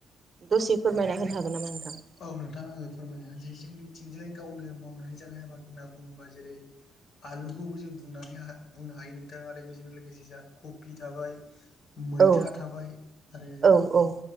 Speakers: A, on the right; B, on the left.
A: दसे फोरमायना होनो हागोन नामा नोंथां?
B: औ नोंथाङा आङो फोरमायनो हानोसै जोंनिथिंजायै गावनो मावनानै जानाय आबाद होनना बुङोबा जेरै आलुखौबो जों बुंनानै बुंनो हायो नोंथां आरो बेजोंनो लोगोसे जों कफि थाबाय। मैथा
A: औ
B: थाबाय आरो
A: औ औ